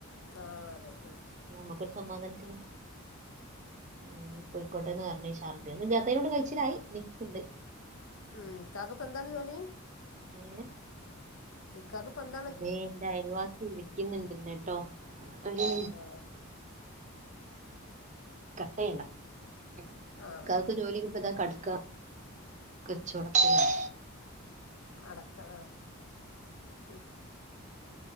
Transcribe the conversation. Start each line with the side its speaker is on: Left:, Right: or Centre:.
Left: ആ അതെ ഉം
Right: നമ്മക്കൊരു സമാധാനത്തിന് ഉ കോയിക്കോട്ടേന്ന് പറഞ്ഞ ശർദി ഒുംത്തയിലോട് കഴിച്ചിലായി നിക്കണ്ട്
Left: ഉ ഇക്കക്കെപന്താണ് ജോലിയ
Right: ഏഹ്
Left: ഇക്കക്ക പന്ത
Right: േ എറെ അയൽവാസി വിളിക്കുന്നുണ്ട്ന്ന് കേട്ടോരു
Left: ആ
Right: കട്ടയണ്ടക്ക്
Left: ആ ആ ആ
Right: ജോലിക്ക് ഇപ്പ ഇതാ കടു കച്ചവടത്തിലാണ്
Left: അടക്കാ ഉ